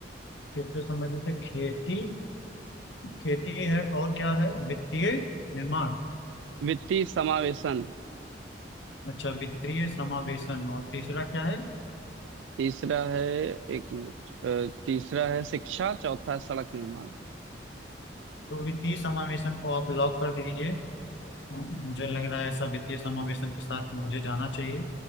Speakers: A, on the left (about 75°); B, on the right (about 80°).
A: किससे संबंधित है खेती खेती है और क्या है वित्तीय निर्माण
B: वित्तीय समावेशन
A: अच्छा वित्तीय समावेशन और तीसरा क्या है
B: तीसरा है एक मिनट अ, तीसरा है शिक्षा चौथा है सड़क निर्माण
A: तो वित्तीय समावेशन को आप लॉक कर दीजिए मुझे लग रहा है ऐसा वित्तीय समावेशन के साथ मुझे जाना चाहिए